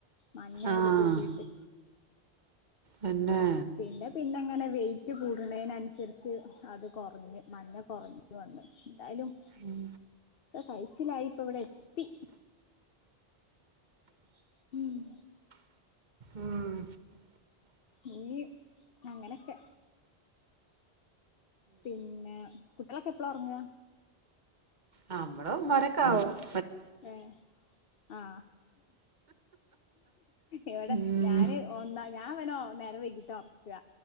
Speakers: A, on the left (about 60°); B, on the right (about 45°).
A: മഞ്ഞ
B: ആഹ്
A: കൂടെ കൂടിട്ട്
B: തന്നെ
A: പിന്നെ പിന്നെ അങ്ങനെ വെയിറ്റ് കൂടുന്നതിനനുസരിച്ച് അത് കുറഞ്ഞു മഞ്ഞ കുറഞ്ഞു വന്നു എന്തായാലും
B: ഉം
A: ഒക്കെ കഴിച്ചിലായി ഇപ്പ ഇവിടെ എത്തി ഉം
B: ഉം
A: ഈ അങ്ങനെയൊക്കെ പിന്നെ കുട്ടികളൊക്കെ എപ്പളാ ഉറങ്ങുക
B: നമ്മള വരക്കാവോ <unintelligible>
A: ഏ ആ ഇവിടെ
B: ഉം
A: ഞാന് ഒന്ന ഞാൻ ഇവനോ നേരം വൈകിട്ടാ ഉറക്കുക